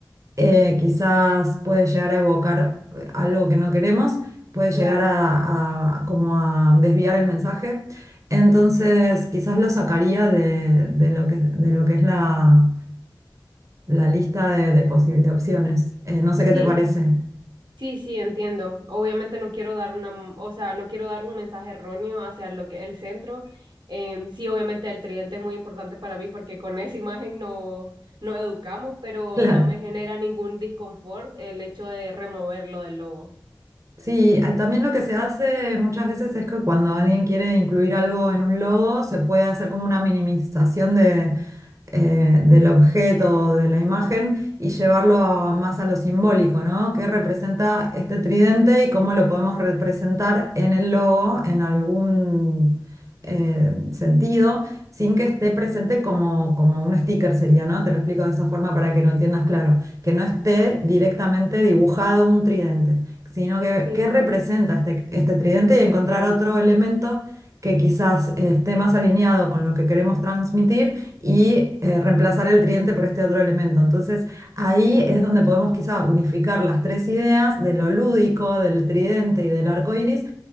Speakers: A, on the right; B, on the right.
A: eh, quizás puede llegar a evocar eh, algo que no queremos, puede
B: Claro.
A: llegar a, a como a desviar el mensaje. Entonces, quizás lo sacaría de, de lo que, de lo que es la, la lista de, de, posi- de opciones. Eh, no sé qué
B: Sí,
A: te parece. <laughs>
B: sí, sí, entiendo. Obviamente no quiero dar una, m- o sea, no quiero dar un mensaje erróneo hacia lo que el centro. Em, sí, obviamente el tridente es muy importante para mí porque con esa <laughs> imagen no, no educamos, pero
A: Claro.
B: no me genera ningún disconfort el hecho de removerlo del logo.
A: Sí, eh, también lo que se hace muchas veces es que cuando alguien quiere incluir algo en un logo, se puede hacer como una minimización eh, del objeto, de la imagen, y llevarlo a- más a lo simbólico, ¿no? ¿Qué representa este tridente y cómo lo podemos representar en el logo en algún eh, sentido, sin que esté presente como, como un sticker sería, ¿no? Te lo explico de esa forma para que lo entiendas claro, que no esté directamente dibujado un tridente, sino que
B: Sí,
A: qué representa este, este tridente y encontrar otro elemento que quizás esté más alineado con lo que queremos transmitir y eh, reemplazar el tridente por este otro elemento. Entonces, ahí es donde podemos quizá unificar las tres ideas de lo lúdico, del tridente y del arco iris